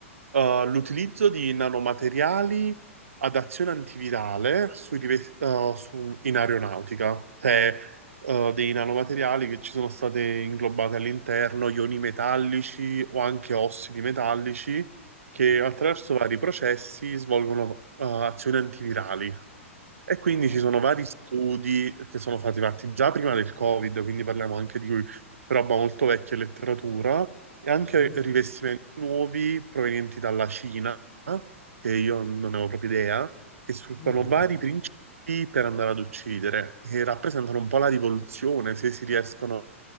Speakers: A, on the right; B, on the left.
A: Eh, l'utilizzo di nanomateriali ad azione antivirale sui rive- eh, su- in aeronautica, cioè eh, dei nanomateriali che ci sono state inglobati all'interno, ioni metallici o anche ossidi metallici, che
B: Mm.
A: attraverso vari processi svolgono eh, azioni antivirali. E quindi
B: Ah, dai.
A: ci sono vari studi che sono stati fatti già prima del Covid, quindi parliamo anche di roba molto vecchia e letteratura, e anche
B: Mhm.
A: rivestimenti nuovi provenienti dalla Cina, che io non ne avevo proprio idea, che sfruttano
B: Mm.
A: vari principi per andare ad uccidere, che rappresentano un po' la rivoluzione se si riescono